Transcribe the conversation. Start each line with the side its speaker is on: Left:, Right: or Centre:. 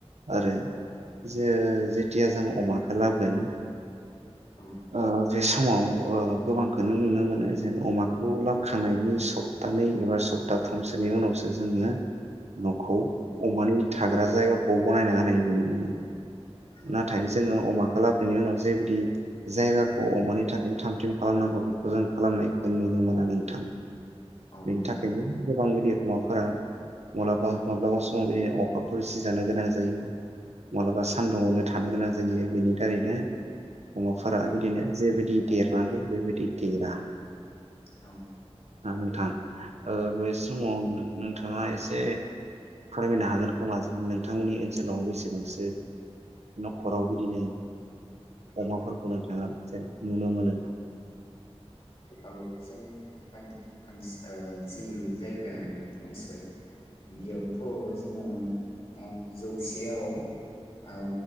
Right: आरो जे-जेथिया जों अमाखो लाबोगोन
Left: औ
Right: ओ बे समाव ओ गोबांखौनो नुनो मोनो जेन अमाखौ लाबखांनायनि सप्तानै एबा सप्तााथामसोनि उनावसो जोङो न'खौ
Left: औ
Right: अमानि थाग्रा जायगाखौ बनायनो हानाय नुनो मोनो
Left: औ
Right: नाथाय जोङो अमा खो लाबोनायनि उनाव जेबायदि जायगाखौ अमानि थाखाय थाम थिम खालामनांगौ बेखौ जों खालामनायखौ नुनो मोना नोंथां
Left: औ
Right: बेनि
Left: मोना
Right: थाखायनो गोबां बिदि अमाफोरा माब्लाबा माब्लाबा समाव बिदिनो अखाफोर सिजानो गोनां ज जायो मालाबा
Left: औ
Right: सान्दुंआवनो थानो गोनां जायो बेनि थारैनो अमाफोरा
Left: औ
Right: बिदिनो जेबायदि देर <unintelligible> बेबादि देरा
Left: औ
Right: ना नोंथां ओ बे समाव नोंथाङा एसे फोरमायनो हागोन खोमा जे नोंथांमोननि ओनसोलाव बेसेबांसो नखराव बिदिनो अमाफोरखौ
Left: औ औ
Right: नोंथाङा जेन नुनो मोनो।
Left: औ जोंनि ओन-ओनस ओ जि जायगा बे ओनसोल बियाव थ जोङो ओ जौसेयाव ओ